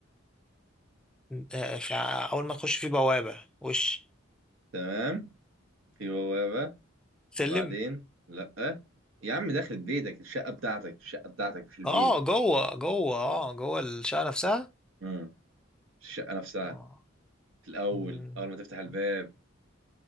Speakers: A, in the centre; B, on the right.
A: انت في ع- اول ما تخش في بوابة وش
B: تمام في بوابة
A: سلم
B: وبعدين لأ يا عم دخلت بيتك الشقة بتاعتك الشقة بتاعتك مش البيت
A: اه جوه جوه اه جوه الشقة نفسها
B: امم مش الشقة نفسها
A: اه
B: في الأول
A: مم.
B: أول ما تفتح الباب